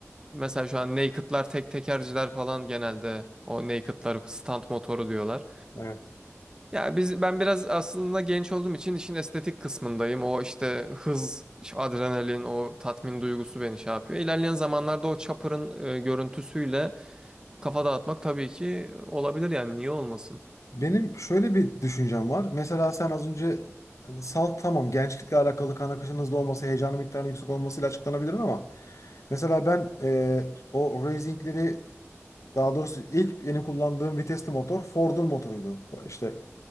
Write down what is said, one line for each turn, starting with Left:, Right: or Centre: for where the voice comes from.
Right: mesela şu an naked'lar tek tekerciler falan genelde o naked'lar stand motoru diyorlar.
Left: Evet.
Right: Ya biz ben biraz aslında genç olduğum için işin estetik kısmındayım. O işte hız, şu adrenalin, o tatmin duygusu beni şey yapıyor. İlerleyen zamanlarda o chopper'ın e, görüntüsüyle kafa dağıtmak tabii ki olabilir yani niye olmasın?
Left: Benim şöyle bir düşüncem var. Mesela sen az önce hani salt tamam gençlikle alakalı kan akışının hızlı olması, heyecanın miktarının yüksek olmasıyla açıklanabilir ama mesela ben e, o racingleri Daha doğrusu ilk benim kullandığım vitesli motor Ford'un motoruydu. İşte